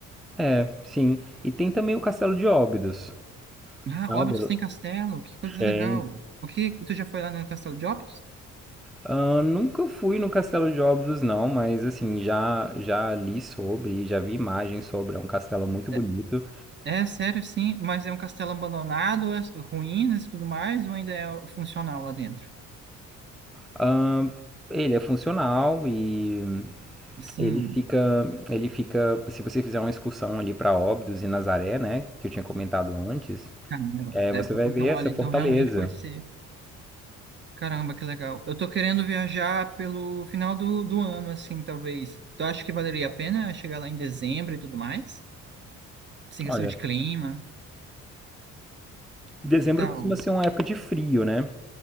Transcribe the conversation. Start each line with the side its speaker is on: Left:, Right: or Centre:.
Centre: É, sim. E tem também o Castelo de Óbidos,
Right: Ah,
Centre: sabe?
Right: Óbidos tem castelo, que coisa
Centre: Tem.
Right: legal. O que, tu já foi lá no castelo de Óbidos?
Centre: Ah, nunca fui no Castelo de Óbidos não, mas assim, já já li sobre, já vi imagens sobre, é um castelo muito bonito.
Right: É, é sério, sim, mas é um castelo abandonado, as ruínas e tudo mais, ou ainda é funcional lá dentro?
Centre: Ah, Ele é funcional e
Right: Sim,
Centre: Ele fica, ele fica, se você fizer uma excursão ali para Óbidos e Nazaré, né, que eu tinha comentado antes,
Right: caramba.
Centre: é,
Right: É
Centre: você
Right: porque,
Centre: vai
Right: então,
Centre: ver essa
Right: olha, então
Centre: fortaleza.
Right: realmente pode ser. Caramba, que legal. Eu tô querendo viajar pelo final do, do ano, assim, talvez. Tu acha que valeria a pena chegar lá em dezembro e tudo mais? Sem
Centre: Olha,
Right: questão de clima,
Centre: dezembro
Right: que tal?
Centre: costuma ser uma época de frio, né?